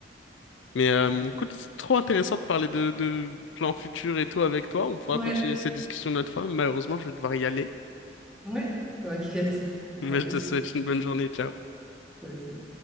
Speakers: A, on the left (about 85°); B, in the centre.
A: Mais euh,
B: Ouais,
A: écoute, c'est trop intéressant de parler de, de plans futurs et tout avec toi. On pourra
B: ouais,
A: continuer cette discussion une autre fois. mais Malheureusement, je vais devoir y aller.
B: ouais, t'inquiète. <laughs>
A: Mais
B: À plus,
A: je te souhaite une bonne journée. Ciao.
B: toi aussi.